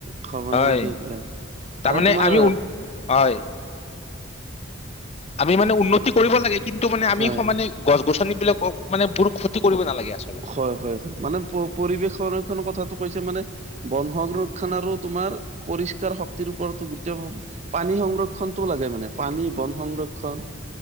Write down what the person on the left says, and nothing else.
হয়।
তাৰমানে
আমাও, হয়। আমি মানে উন্নতি কৰিব লাগে কিন্তু মানে আমি
সমানে গছ গছনী বিলাক মানে বোৰ ক্ষতি কৰিব নালাগে আচলতে।